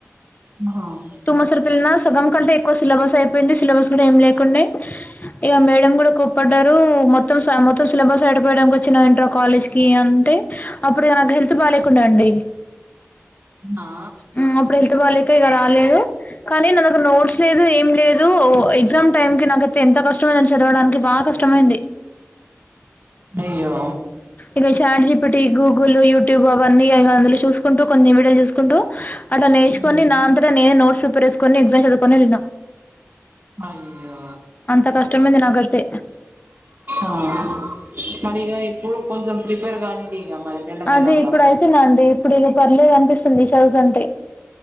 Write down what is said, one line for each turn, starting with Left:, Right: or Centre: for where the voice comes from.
Right: ఆహా
Left: సుమా శ్రుతున్నా సగం కంటే ఎక్కువ సిలబస్ అయిపోయింది సిలబస్ కూడా ఏం లేకుండే ఇగా మేడమ్ కూడా కోప్పడ్డారు మొత్తం మొత్తం సిలబస్ ఆయాడిపోయడానికి వచ్చినవ్ ఏంట్రా కాలేజ్ కి కీ అంటే అప్పుడు నాకు హెల్త్ బాగా లేకుండే అండి
Right: ఆ
Left: హు అప్పుడు హెల్త్ బాగోలేక ఇగా రాలేదు కానీ నాకు నోట్స్ లేదు ఏం లేదు ఎగ్జామ్ టైమ్ కి నాకైతే ఎంత కష్టమైందో చదవడానికి బా కష్టమైంది
Right: అయ్యో
Left: ఇగ చాట్ జిపిటి గూగుల్ యూట్యూబ్ అవన్నీ ఇగా అందులో చూసుకుంటూ కొన్ని వీడియోలు చూసుకుంటూ అట్ల నేర్చుకొని
Right: ఉమ్.
Left: నా అంతట నేనే నోట్ ప్రిపేర్ చేసుకొని ఎగ్జమ్ చదువుకొని వెళ్లిన
Right: అయ్యో
Left: అంత కష్టమైంది నాకు అయితే
Right: ఆ మరి ఇగా ఇప్పుడు కొంచెం ప్రిపేర్ కండి ఇగా మరి మెల్ల మెల్లగా
Left: అదే ఇప్పుడు అయితున్న అండి ఇప్పుడు ఇగా పర్లేదు అనిపిస్తుంది చదువుతంటే